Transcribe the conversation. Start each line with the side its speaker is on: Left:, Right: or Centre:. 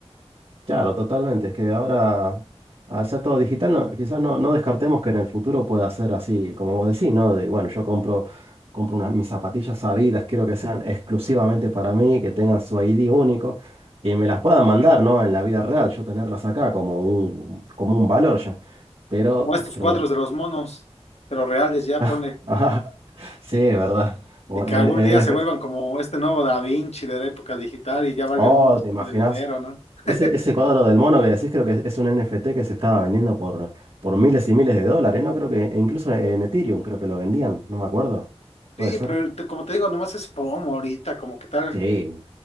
Right: Claro, totalmente. Es que ahora, al ser todo digital, no- quizás no, no descartemos que en el futuro pueda ser así, como vos decís, ¿no? De, bueno, yo compro, compro unas, mis zapatillas Adidas, quiero que sean exclusivamente para mí, que tengan su ID único y me las puedan mandar, ¿no? En la vida real, yo tenerlas acá como un, como un valor ya. Pero
Left: Como estos
Right: creo
Left: cuadros
Right: que...
Left: de los monos, pero reales ya,
Right: <laughs>
Left: ponle,
Right: Ajá, sí, ¿verdad? Como
Left: y que
Right: En,
Left: algún
Right: en
Left: día
Right: NFS.
Left: se vuelvan como este nuevo Da Vinci de la época digital y ya valgan
Right: Oh,
Left: un chingo
Right: ¿te imaginas?
Left: de dinero, ¿no? <laughs>
Right: Ese, ese cuadro del mono que decís creo que es un NFT que se estaba vendiendo por, por miles y miles de dólares, ¿no? Creo que e incluso en Ethereum creo que lo vendían, no me acuerdo. Puede
Left: Sí,
Right: ser.
Left: pero te- como te digo, nomás es FOMO ahorita, como que tal,
Right: Sí,